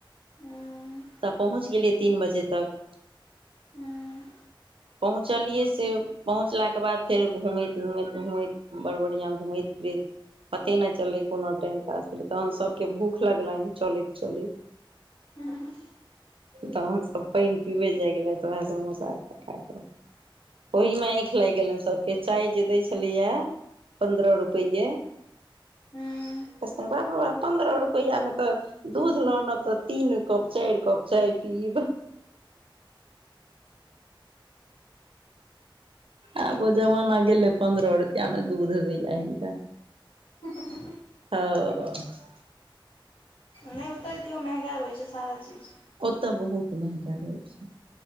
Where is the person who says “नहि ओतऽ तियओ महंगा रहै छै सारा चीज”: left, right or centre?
Left